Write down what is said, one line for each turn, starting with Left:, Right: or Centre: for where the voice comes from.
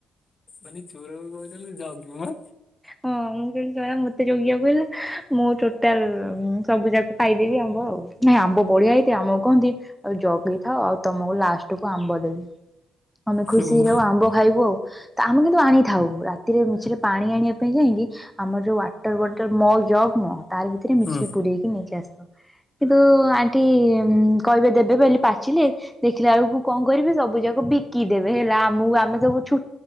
Left: ମାନି ଚୋର କହୁଛନ୍ତି ଜଗ।
Centre: ହଁ ମୁଁ କେମିତି କଲା ମତେ ଜଗିବାକୁ ହେଲେ ମୁଁ ଟୋଟାଲ ସବୁ ଯାକ ଖାଇଦେବି ଆମ୍ବ ଆଉ। ନାଇଁ ଆମ୍ବ ବଢିଆ ହେଇଥାଏ ଆମକୁ କହନ୍ତି ଆଉ ଜଗିଥାଅ ଆଉ ତମକୁ ଲାଷ୍ଟ କୁ ଆମ୍ବ ଦେବି। ଆମେ
Left: ହୁଁ
Centre: ଖୁସି
Left: ଓ
Centre: ହେଇଯାଉ
Left: ହଁ
Centre: ଆମ୍ବ ଖାଇବୁ ଆଉ ତ ଆମେ କିନ୍ତୁ ଆଣିଥାଉ ରାତିରେ ମିଛରେ ପାଣି ଆଣିବା ଯାଇକି ଆମର ଯୋଉ ୱାଟର ବଟଲ ମଗ ଜଗ ନୁହଁ ତାର ଭିତରେ ମିଶିକି
Left: ହୁଁ
Centre: ପୁରେଇକି ନେଇକି ଆସ କିନ୍ତୁ ଆଣ୍ଟି କହିବେ ଦେବେ ପାଚିଲେ ଦେଖିଲା ବେଳକୁ କଣ କରିବେ ସବୁ ଯାକ ବିକି ଦେବେ ହେଲା ଆମକୁ ଆମେ ସବୁ ଛୁ